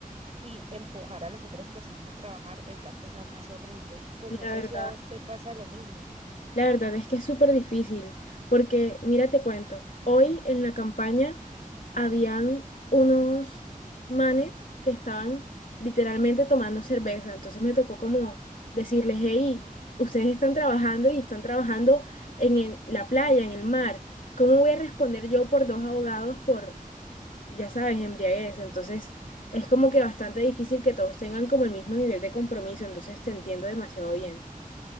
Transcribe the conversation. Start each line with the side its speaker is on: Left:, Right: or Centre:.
Right: y empujar a las otras personas a trabajar es la cosa más horrible. Pues
Left: La
Right: no sé
Left: verdad,
Right: si a vos te pasa lo mismo.
Left: la verdad es que es súper difícil, porque mira, te cuento, hoy en la campaña habían unos manes que estaban literalmente tomando cerveza, entonces me tocó como decirles, hey, ustedes están trabajando y están trabajando en el- la playa, en el mar, ¿cómo voy a responder yo por dos abogados por ya sabes, embriaguez. Entonces, es como que bastante difícil que todos tengan como el mismo nivel de compromiso. Entonces, te entiendo demasiado bien.